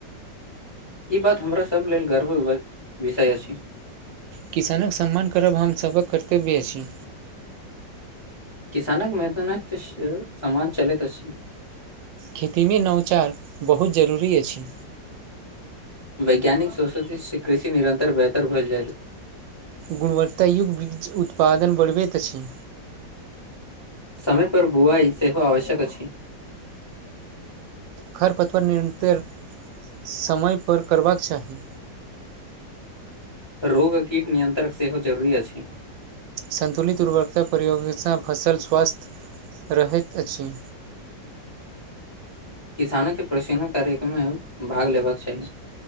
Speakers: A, on the left; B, on the right.
A: ई बात हमरा सब लेल गर्व विषय अछि
B: किसानक सम्मान करब हमसभक कर्तव्य अछि
A: किसानक मेदने समाज चलैत अछि
B: खेतीमे नवचार बहुत जरूरी अछि
A: वैज्ञानिक सोषो से कृषि निरन्तर बेहतर भेल जाए
B: गुणवत्तायुग बीज उत्पादन बढ़बैत अछि
A: समय पर बुआई सेहो आवश्यक अछि
B: खर पतवर निरन्तर समय पर करबाक चाही
A: रोग कीट नियंत्रक सेहो जरुरी अछि
B: सन्तुलित उर्वरकता प्रयोगसँ फसल स्वस्थ रहैत अछि
A: किसानो के प्रशिकण <unintelligible> कार्यक्रम मे भाग लेबाक चाही